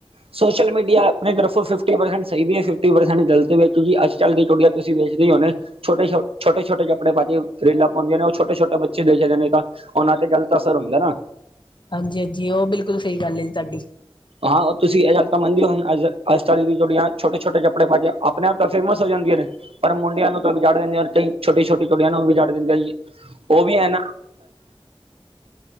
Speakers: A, on the right (about 70°); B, on the left (about 55°).
A: ਸੋਸ਼ਲ ਮੀਡੀਆ ਆਪਣੇ ਤਰਫੋਂ ਫਿਫਟੀ ਪਰਸੈਂਟ ਸਹੀ ਵੀ ਹੈ ਫਿਫਟੀ ਪਰਸੈਂਟ ਗਲਤ ਵੀ ਹੈ ਕਿਉਂ ਕਿ ਅੱਜ ਚੱਲ ਕੁੜੀਆ ਤੁਸੀਂ ਵੇਚਦੇ ਹੀ ਹੋਣੇ ਛੋਟੇ ਛੋ ਛੋਟੇ-ਛੋਟੇ ਕੱਪੜੇ ਪਾ ਕੇ ਰੀਲਾ ਪੌਣੀਆਂ ਉਹ ਛੋਟੇ ਛੋਟੇ ਬੱਚੇ ਦੇਖਦੇ ਨਹੀਂ ਤਾ। ਉਨਾਂ ਤੇ ਗ਼ਲਤ ਅਸਰ ਹੁੰਦਾ ਨਾ
B: ਹਾਂਜੀ ਹਾਂਜੀ ਉਹ ਬਿਲਕੁਲ ਸਹੀ ਗੱਲ ਹੈ ਜੀ ਤਾਦੀ।
A: ਆਂ ਤੁਸੀ ਏ ਗੱਲ ਤਾ ਮੰਨਦੇ ੳ ਕਿ ਅੱਜ ਕੱਲ ਦਇਆ ਕੁੜੀਆ ਛੋਟੇ -ਛੋਟੇ ਕੱਪੜੇ ਪਾ ਕੇ ਅਪਣੇ ਆਪ ਤਾ ਫੇਮਸ ਹੋ ਜਾਂਦੀਆਂ ਨੇ। ਪਰ ਮੁੰਡਿਆਂ ਨੂੰ ਛੋਟੀ ਛੋਟੀ ਕੁੜੀਆਂ ਨੂੰ ਵੀ ਜਾੜ ੳ ਵੀ ਏ ਨਾ